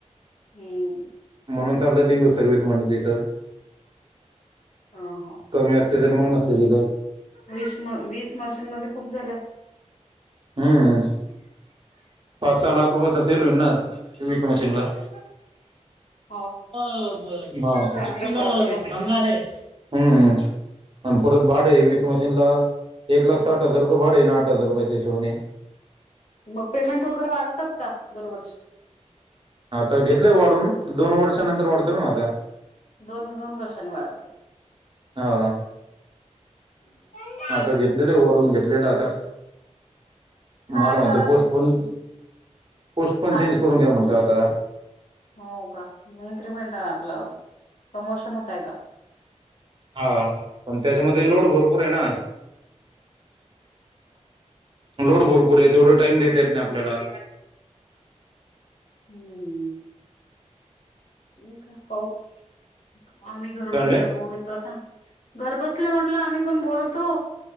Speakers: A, on the left (about 75°); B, on the right (about 45°).
A: हम्म!
B: म्हणून चालोय देऊ सर्विस. <unintelligible> तिथ
A: हा हा.
B: कमी असते तर मग नसते तिथ.
A: विश म वीस मशीन म्हणजे खूप झाल्या.
B: हम्म पाच सहा लाख रुपयाचा सेल होईल ना वीस मशीन ला.
A: <inaudible>
B: <inaudible>
A: चांगला प्रॉफिट आहे.
B: हम्म हम्म आणि परत भाड आहे वीस मशीन ला एक लाख साठ हजार रुपये भाडे आहे ना आठ हजार रुपयाच्या हिशोबने
A: मग पेमेंट वगैरे वाढवतात का दरवर्षी?
B: आता घेतलंय वाढून दोन वर्षानंतर वाढतोय ना आता.
A: दोन, दोन वर्षांनी वाढवतो.
B: हा.
A: <inaudible>
B: आता घेतलेलं वाढून घेतलेलं आता.
A: काय
B: मला म्हणतो
A: कराच
B: पोस्ट पण पोस्ट पण
A: खाल्ली
B: चेंज करून
A: पिली
B: घ्या
A: असं
B: म्हणतो
A: वाटत
B: आता.
A: हो का <unintelligible> आपलं प्रमोशन होतय का?
B: हा पण त्याच्यामध्ये लोड भरपूर आहे ना. लोड भरपूर आहे तेवढा टाइम देता येत नाय आपल्याला.
A: हम्म! मी का पाहू आम्ही घर
B: म्हणले
A: बसल्या बोर आता घर बसल्या म्हटलं आम्ही पण बोर होतो.